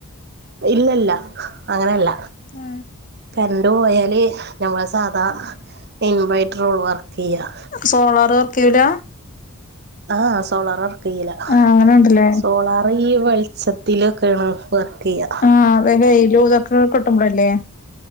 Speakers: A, on the right; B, on the left.
A: ഇല്ലല്ല അങ്ങനെയല്ല
B: ആ
A: കറന്റ് പോയാല് ഞമ്മളെ സാധാ ഇൻവേർട്ടറോള് വർക്ക് ചെയ്യുക
B: സോളാർ വർക്ക്ചെയ്യൂല
A: ആഹ ആ സോളാർ വർക്ക്‌ ചെയ്യില്ല
B: ആഹ് അങ്ങനെണ്ടല്ലേ
A: സോളാർ ഈ വെളിച്ചത്തിലൊക്കെയാണ് വർക്ക് ചെയ്യാം
B: ആ ഇപ്പൊ വെയിലും ഇതൊക്കെ കിട്ടുമ്പോളല്ലേ